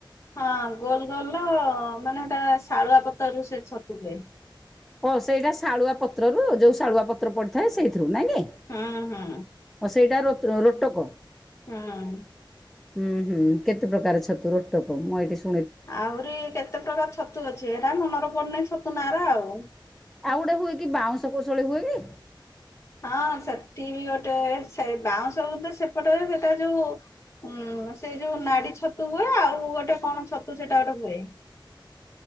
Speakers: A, on the left (about 35°); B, in the centre.
A: ହଁ ଗୋଲ ଗୋଲର-ଅ ମାନେ ସେଟା ଶାଳୁଆ ପତରରୁୁ ସେ ଛତୁ ହୁଏ‌।
B: ଓ ସେଇଟା ଶାଳୁଆ ପତ୍ରରୁ ଯୋଉ ଶାଳୁଆ ପତ୍ର ପଡିଥାଏ ସେଇଥିରୁ ନାଇଁ କି?
A: ହୁଁ ହୁଁ।
B: ଓ ସେଇଟା ରୋତ୍ ରୋଟକ।
A: ହଁ <inaudible>
B: ଉଁ ହୁଁ କେତେ ପ୍ରକାର ଛତୁ ରୋଟକ ମୁଁ ଏଇଠି ଶୁ
A: ଆହୁରି କେତେ ପ୍ରକାର ଛତୁ ଅଛି ଏରା ମନର ପଡୁନି ଛତୁ ନାଁ ରା ଆଉ।
B: ଆଉ ଗୋଟେ ହୁଏ କି ବାଉଁଶ କୋଶଳୀ ହୁଏ କି?
A: ହଁ ସେଠି ବିି ଗୋଟେ ସେ ବାଉଁଶ ବୁଦା ସେପଟରେ ସେଟା ଯୋଉ ହୁଁ ସେଇ ଯୋଉ ନାଡି ଛତୁ ହୁଏ ଆଉ ଗୋଟେ କଣ ଛତୁ ସେଟା ଗୋଟେ ହୁଏ।